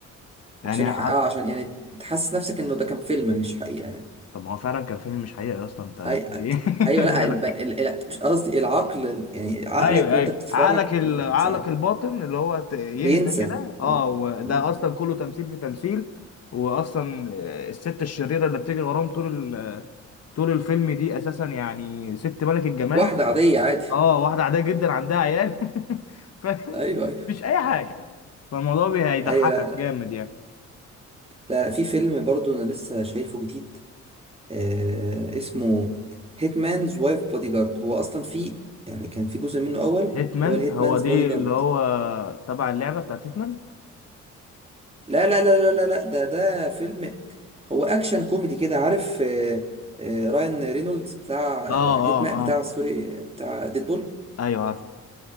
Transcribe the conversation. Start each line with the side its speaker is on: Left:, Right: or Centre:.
Left: يعني
Right: عشان
Left: ه...
Right: يحققها عشان يعني تحسس نفسك انه ده كان فيلم مش حقيقة يعني
Left: طب ما هو فعلا كان فيلم مش حقيقي اصلا انت
Right: أي...
Left: في ايه
Right: ايوه لا
Left: <laughs> مالك
Right: الب... ال... ال... مش قصدي العقل ال- يعني عقلك
Left: ايوه
Right: وانت
Left: ايوه
Right: بتتفرج
Left: عقلك ال...
Right: اه
Left: عقلك
Right: ساعات
Left: الباطن اللي هو ت- يهدى
Right: بينسى
Left: كده اه
Right: اه
Left: وده
Right: امم
Left: اصلا كله تمثيل في تمثيل واصلا آه، الست الشريره اللي بتجري وراهم طول ال... طول الفيلم دي اساسا يعني ست ملك الجمال
Right: واحدة عادية عادي
Left: اه واحده عاديه جدا عندها عيال <laughs> ف
Right: ايوه ايوه
Left: مفيش اي حاجه فالموضوع بي- هيضحكك
Right: ايوه لا,
Left: جامد يعني
Right: لا في فيلم برضو انا لسه شايفه جديد آه اسمه هيتمانز وايف بودي جارد هو اصلا في يعني كان في جزء منه اول
Left: هيتمان
Right: اللي هو الهيتمانز
Left: هو دي
Right: بودي جارد
Left: اللي هو تبع اللعبه بتاعت هيتمان
Right: لا لا لا لا لا لا ده ده فيلم هو اكشن كوميدي كده عارف آه آه رايان رينولدز بتاع
Left: اه
Right: آه
Left: اه
Right: هيتمان
Left: اه
Right: بتاع سوري آه، بتاع ديدبول
Left: ايوه عارف